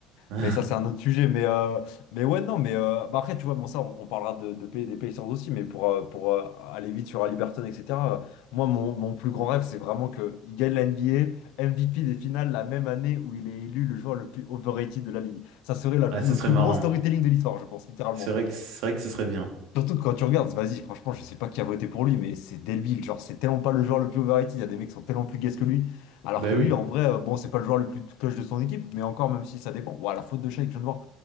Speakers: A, on the right; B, on the left.
A: Ouais,
B: Mais ça, c'est un autre sujet. Mais, euh, mais ouais, non, mais euh, bah après, tu vois, bon, ça, on, on parlera de, de pays, des pays sans aussi, mais pour, euh, pour euh, aller vite sur Halliburton, etc. euh, moi, mon, mon plus grand rêve, c'est vraiment qu'il gagne la N B A M V P des finales la même année où il est élu le joueur le plus overrated de la ligue. Ça serait la-
A: ce
B: le
A: serait
B: plus
A: marrant.
B: grand storytelling de l'histoire, je pense, littéralement.
A: C'est vrai que, c'est vrai que ce serait bien.
B: Surtout que quand tu regardes, vas-y, franchement, je sais pas qui a voté pour lui, mais c'est Delbille, genre, c'est tellement pas le joueur le plus overrated, il y a des mecs qui sont tellement plus gays que lui, alors
A: Ben
B: que lui,
A: oui.
B: en vrai, euh, bon, c'est pas le joueur le plus cloche de son équipe, mais encore, même si ça dépend, ouah, la faute de chat que je viens de voir,